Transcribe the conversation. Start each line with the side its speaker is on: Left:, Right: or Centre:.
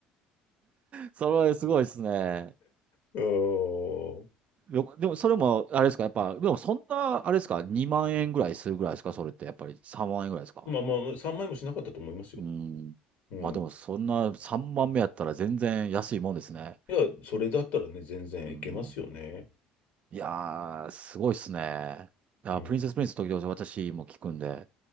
Right: それはすごいですね。
Left: うーん。
Right: よでも、それも、あれですか、やっぱ、でも、そんな、あれですか、2万円ぐらいするぐらいですか、それって、やっぱり3万円ぐらいですか。
Left: まあまあ、3枚もしなかったと思いますよ。
Right: うん。
Left: うん。
Right: まあ、でも、そんな3万目やったら全然安いもんですね。
Left: いや、それだったらね、全然いけますよね。
Right: うん、いやー、すごいっすね。いやー、
Left: うん。
Right: プリンセスプリンス時々私も聞くんで。